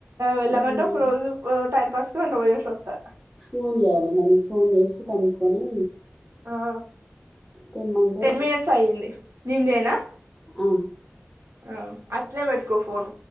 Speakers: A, on the right; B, in the centre.
A: వెళ్ళమంటే
B: హ్మ్.
A: ఒక రోజు టై ఫస్ట్ అట్లా పోయేసి వస్తా
B: ఫోన్ చేయాల దానికి ఫోన్ చేసి కనుక్కొని
A: ఆ
B: తెమ్మంటే
A: టెన్ మినిట్స్ అయ్యింది. నేను చేయనా
B: హా
A: ఆ అట్లే పెట్టుకో ఫోన్